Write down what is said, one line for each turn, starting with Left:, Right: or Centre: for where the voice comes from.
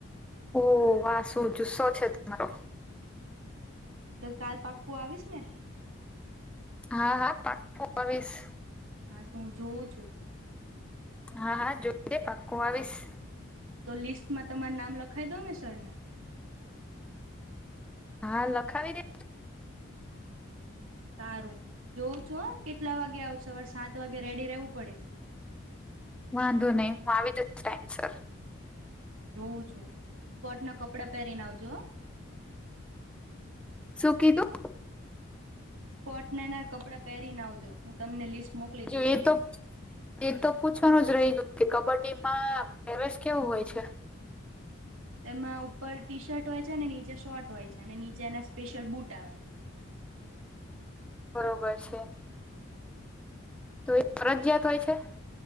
Centre: ઓહ વાહ સુ જુસ્સો છે તમારો.
Right: તો કાલ પાક્કું આવીશ ને.
Centre: હા હા પાકુ આવીશ.
Right: હા તું જોઉં છું.
Centre: હા હા, જોજે પાક્કો આવીશ.
Right: તો લિસ્ટમાં તમાર નામ લખઈ દઉને સરને?
Centre: હા, લખાવી દે.
Right: સારું. જોઉં છું હ? કેટલા વાગે આવ સવારે સાત વાગે રેડી રહેવું પડે.
Centre: વાંધો નહી. હું આવી દ ટાઈમ સર.
Right: જોઉં છું? સ્પોટના કપડા પહેરીને આવજો હો.
Centre: શું કી તું?
Right: સ્પોટનાના કપડાં પહેરીને આવજો. હું તમને લિસ્ટ મોકલી દઈશ.
Centre: જો એ
Right: એમની
Centre: તો એ તો પૂછવાનું જ રહી ગયું કે, કબડ્ડી માં પ્રવેશ કેવું હોય છે?
Right: તેમાં ઉપર ટી શર્ટ હોય છે અને નીચે શર્ટ હોય છે, અને નીચે એના સ્પેશિયલ બૂટ આવે.
Centre: બરોબર છે. તો એ ફરજિયાત હોય છે?